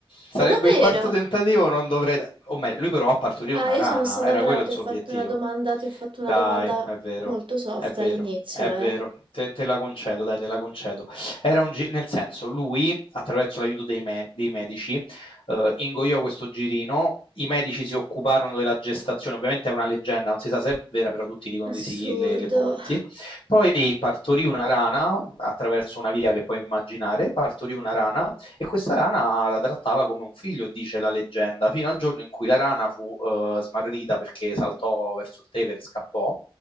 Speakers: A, on the left; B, on the right.
A: sarebbe
B: Ma davvero?
A: il quarto tentativo, non dovrei... da- O meglio, lui provò a partorire
B: Ah,
A: una
B: io
A: rana,
B: sono stata
A: era
B: brava,
A: quello
B: ti
A: il suo
B: ho fatto
A: obiettivo.
B: una domanda, ti ho fatto
A: Dai,
B: una domanda
A: è vero,
B: molto soft
A: è vero,
B: all'inizio,
A: è vero.
B: eh.
A: Te, te la concedo, dai, te la concedo. Era un gi- nel senso, lui, attraverso l'aiuto dei, me- dei medici, eh, ingoiò questo girino. I medici si occuparono della gestazione, ovviamente è una leggenda, non si sa se è vera, però tutti dicono
B: Assurdo,
A: di sì, le, le fonti. Poi partorì una rana attraverso una via che puoi immaginare, partorì una rana e questa rana la trattava come un figlio, dice la leggenda, fino al giorno in cui la rana fu eh, smarrita perché saltò verso il Tevere e scappò.